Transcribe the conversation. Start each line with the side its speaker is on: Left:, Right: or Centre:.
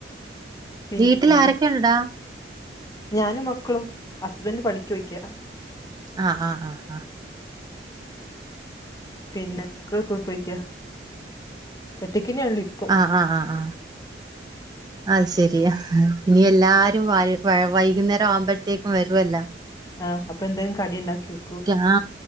Left: പിന്നെ
Right: വീട്ടിൽ ആരൊക്കെണ്ടാ
Left: ഞാനും മക്കളും ഹസ്ബൻഡ് പണിക്കോയ്ക്ക
Right: ആഹ് ആഹ് ആഹ് ആഹ്
Left: പിന്ന ക്കുള്ക്ക്‌ പെയ്ക ഒറ്റക്ക്ന്നെള്ള് പ്പൊ
Right: ആഹ് ആഹ് ആഹ് അഹ് ശെരിയ ഇനി എല്ലാരും
Left: ഉം
Right: വഴ് വൈ വൈകുന്നേര ആവുമ്പഴത്തേക്കും വരുവല്ലോ
Left: ആഹ് അപ്പൊ എന്തെങ്കിലും കടി ഉണ്ടാക്കി വെക്കൂ
Right: രാ